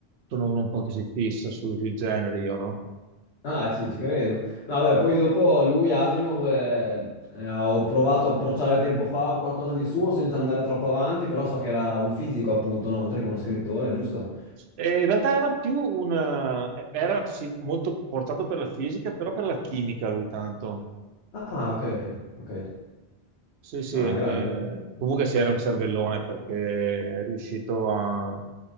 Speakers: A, on the right; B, on the left.
A: sono uno un po' che si fissa su- sui generi, io, no?
B: Ah, sì, ci credo. No, beh, poi dopo lui, Asimov, eh, eh, ho provato a approcciare tempo fa qualcosa di suo senza andare troppo avanti, però so che era un fisico, appunto, no? Oltre che uno scrittore, giusto?
A: E in realtà era più una... era
B: No?
A: sì, molto portato per la fisica, però per la chimica lui tanto.
B: Ah, ok, ok.
A: Sì, sì,
B: Ah,
A: eh,
B: grande.
A: comunque si era un cervellone perché è riuscito a,